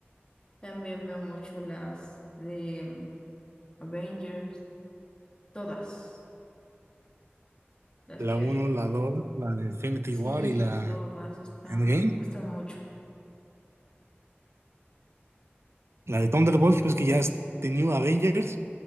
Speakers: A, on the left; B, on the right.
A: También veo mucho las de mm, Avengers, todas las que
B: La uno,
A: hay.
B: la dos, la de Infinity
A: Sí,
B: War y la
A: todas están,
B: Endgame.
A: me gustan mucho.
B: La de Thunderbolts, pues que ya es The New Avengers.